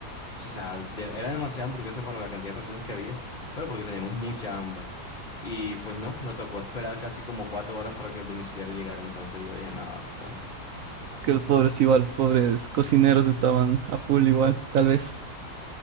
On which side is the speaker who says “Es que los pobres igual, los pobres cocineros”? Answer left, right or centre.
Right